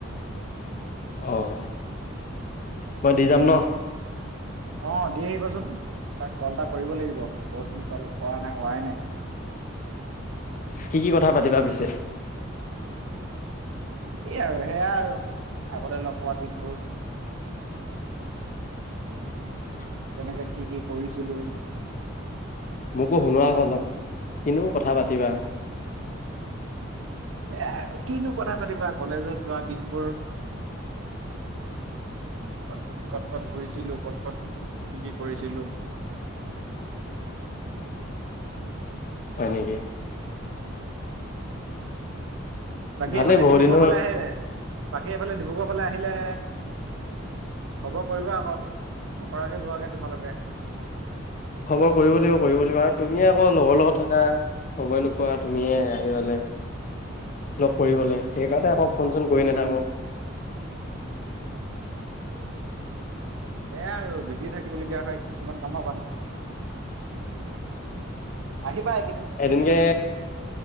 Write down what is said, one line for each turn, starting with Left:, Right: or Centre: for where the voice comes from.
Left: অ' মই দি যাম ন।
Right: অ' দি আহিবাচোন, তাক কল এটা কৰিব লাগিব, বহুত দিন কল কৰা নাই, হোৱাই নাই।
Left: কি কি কথা পাতিলা পিছে?
Right: কি আৰু সেয়াই আৰু আগতে লগ পোৱা দিনবোৰ।
Left: <inaudible>
Right: কেনেকে কি কি কৰিছিলো।
Left: মোকো শুনোৱা আকৌ অলপ, কিনো কথা পাতিলা।
Right: এ কিনো কথা পাতিবা, কলেজত যোৱা দিনবোৰ। কত, কত কত ঘূৰিছিলো, কত কত, কি কি কৰিছিলো।
Left: হয় নেকি।
Right: বাকী
Left: ভালেই
Right: এইফালে
Left: বহু
Right: ডিব্ৰুগড়
Left: দিনৰ
Right: ফালে আহে নাই, এইফালে ডিব্ৰুগড় অকলে আহিলে, খবৰ কৰিবা আকৌ, নকৰাকে যোৱাগে তোমালোকে।
Left: খবৰ কৰিব লাগিব, কৰিব লাগিব, আৰু তুমিয়ে আকৌ লগৰ লগত থাকা। সময় নোপোৱা, তুমিয়ে আহিবলে। লগ কৰিবলৈ, সেইকাৰণে আকৌ ফোন চোন কৰি নাথাকোঁ।
Right: সেয়া আৰু, বিজি থাকিব লগীয়া হয় কিছুমান কামৰ কাৰণে। আহিবা এক
Left: এদিনকে,